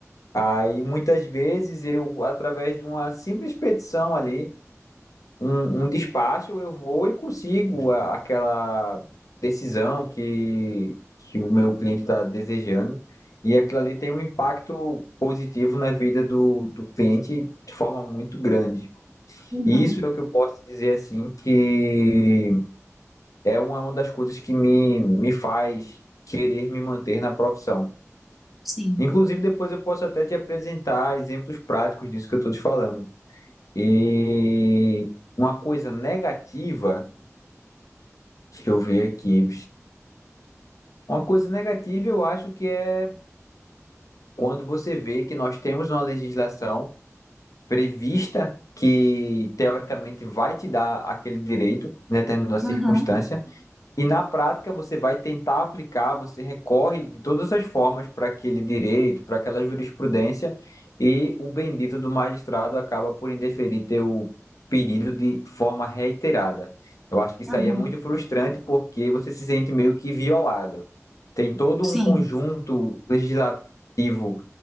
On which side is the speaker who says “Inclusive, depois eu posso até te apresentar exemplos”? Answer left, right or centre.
Left